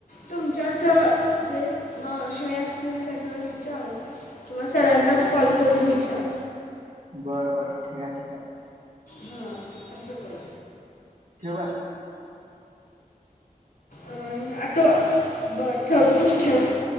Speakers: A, on the left; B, on the right.
A: तुमच्यात जे हे असतील त्यांना विचार किंवा सरानाच कॉल करून विचार.
B: बरं बर. ठीक हाय, ठीक हाय.
A: हा. असं कर
B: ठेवू काय?
A: अर आटो बर ठेवतोस? ठेव.